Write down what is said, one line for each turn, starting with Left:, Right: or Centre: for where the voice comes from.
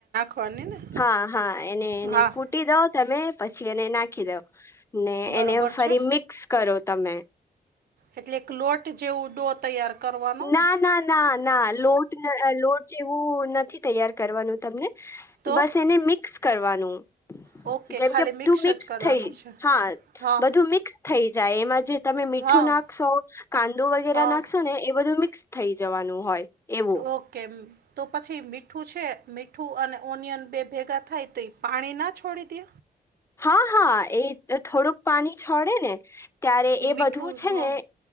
Right: ને ને
Left: હા હા એને એને
Right: હા
Left: કૂટી દો તમે પછી એને નાખી દો ને
Right: બરોબર
Left: એને ફરી
Right: છે
Left: મિક્સ કરો તમે
Right: એટલે એક લોટ જેવું ડો તૈયાર કરવાનો
Left: ના
Right: ને
Left: ના ના ના લોટ લોટ જેવું નથી તૈયાર કરવાનું તમને
Right: તો
Left: બસ એને મિક્સ કરવાનું
Right: ઓકે
Left: જેમ
Right: ખાલી
Left: કે બધું મિક્સ
Right: જ કરવાનું
Left: થઈ
Right: છે
Left: હા
Right: હા
Left: બધું મિક્સ થઈ જાય એમાં જે તમે મીઠું
Right: હા
Left: નાખશો કાંદું વગેરે
Right: હા
Left: નાખશો ને એ બધું મિક્સ થઈ જવાનું હોય એવું
Right: ઓકે તો પછી મીઠું છે મીઠું અને ઓનિયન બે ભેગા થાય તો એ પાણી ના છોડી દે
Left: હા હા એ થોડુંક પાણી છોડે ને ત્યારે
Right: મીઠું
Left: એ બધું
Right: હં
Left: છે ને